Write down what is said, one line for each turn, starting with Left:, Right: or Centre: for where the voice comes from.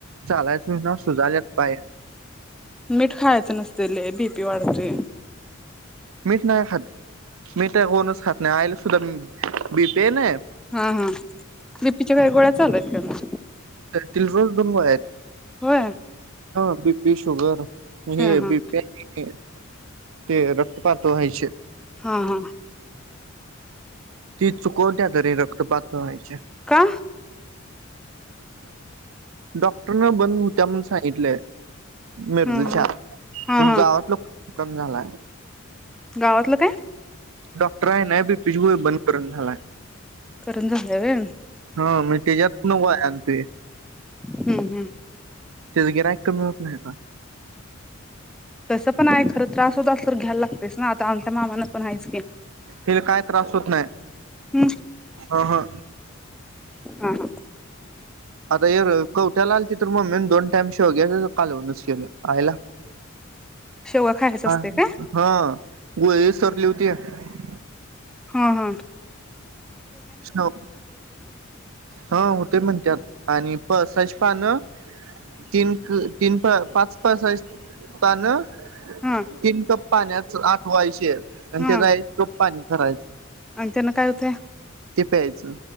Right: चालायच व्हूयना सुजाल्यात पाय
Centre: मीठ खायचं नसते लय बीपी वाढती.
Right: मीठ नाही काय खात, मीठ कोणच खात नाही आईला सुद्धा बिपी आय नई.
Centre: हा हा, बीपीच्या काय गोळ्या चालू आयत काय मग?
Right: तिल रोज दोन गोळ्या आयेत,
Centre: होय
Right: हा बीपी, शुगर आणि
Centre: हा
Right: हे
Centre: हा
Right: बीपी ते ते रक् त पातळ व्हायचे,
Centre: हा हा
Right: ती चुकवत्या तरी रक्त पातळ व्हायचे,
Centre: का
Right: डॉक्टर न बंद हुत्या म्हणून सांगितलंय मिरजच्या
Centre: हा हा हा हा
Right: गावात लोक ना झालाय.
Centre: गावातलं काय?
Right: डॉक्टर आह नाय बीपी गोळी बंद करना झालाय.
Centre: करण झालंय व्हय
Right: हा मी तेज्यात नको आय आन ते
Centre: हम्म हम्म
Right: तेज गिरायक कमी होत नाही का?
Centre: तसं पण आहे खरं त्रास होत अस तर घ्यायला लागतयचं ना, आता आमच्या मामाना पण आहेच की
Right: हिला काय त्रास होत नाही,
Centre: हं
Right: ह ह
Centre: हा हा
Right: आता कवठ्याला आल त तर मग ममींन दोन टाईम शेवग्याच्या कालवणनंच केलं. आईला
Centre: शेवगा खायच असते
Right: हा
Centre: काय
Right: हा वही सरली होती काय?
Centre: हां हां
Right: हो हा बोल ते म्हणत्यात आणि पळसाची पानं, तिन तिन तिन पाच पाच आहेत पानं
Centre: हा
Right: तीन कप पाण्यात आठवायचे आणि
Centre: हा
Right: त्याचा आहे टोप पाणी करायचं
Centre: आणि त्यांन काय होतंय.
Right: ते प्यायचं